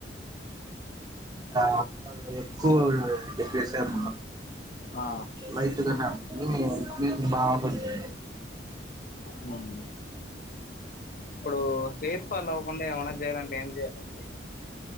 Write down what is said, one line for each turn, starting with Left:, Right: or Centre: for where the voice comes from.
Right: ఆ అక్కడ ఎక్కువు ప్లేస్ ఎం ఉండదు
Left: ఆ
Right: లైట్ గానే ఉంటుంది మీకు బాగుంటుంది
Left: హ్మ్ ఇప్పుడు హెయిర్ ఫాల్ అవ్వకుండా ఏమన చేయాలంటే ఏం చెయాలండి